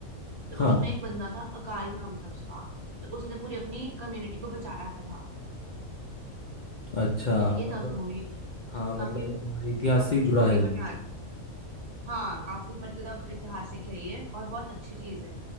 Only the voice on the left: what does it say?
हाँ
अच्छा
मतलब
हाँ मतलब
हमारे
इतिहास से ही जुड़ा
है
ये